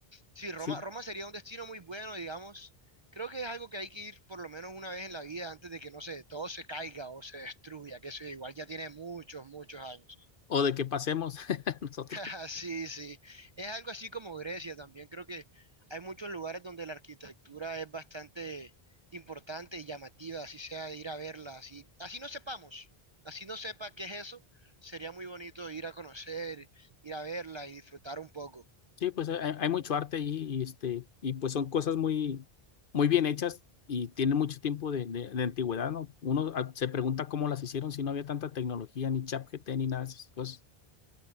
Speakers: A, on the right (about 40°); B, on the left (about 60°).
A: Sí, Roma,
B: sí.
A: Roma sería un destino muy bueno, digamos. Creo que es algo que hay que ir por lo menos una vez en la vida antes de que, no sé, todo se caiga o se destruya, que eso igual ya tiene muchos, muchos años.
B: O de que pasemos <laughs> nosotros.
A: <laughs> Sí, sí. Es algo así como Grecia también. Creo que hay muchos lugares donde la arquitectura es bastante importante y llamativa, así sea de ir a verla, así, así no sepamos, así no sepa qué es eso, sería muy bonito ir a conocer, ir a verla y disfrutar un poco.
B: Sí, pues hay, hay mucho arte allí y, este, y pues son cosas muy, muy bien hechas y tienen mucho tiempo de, de, de antigüedad, ¿no? Uno ah, se pregunta cómo las hicieron si no había tanta tecnología, ni ChatGPT, ni nada de esas cosas.